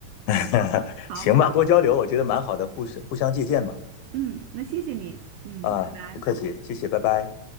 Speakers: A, on the left; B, on the right.
A: <laughs>
B: 好，
A: 行吧，多交流，我觉得蛮好的，互相互相借鉴嘛。
B: 嗯，那谢谢你，嗯，
A: 啊，
B: 拜拜。
A: 不客气，谢谢，拜拜。